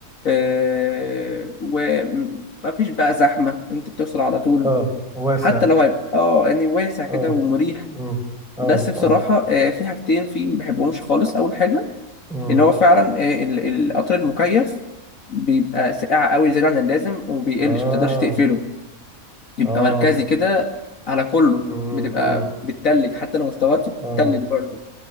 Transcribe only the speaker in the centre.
اه واسع
اه
امم اه
اه
امم
اه
اه
امم
امم
اه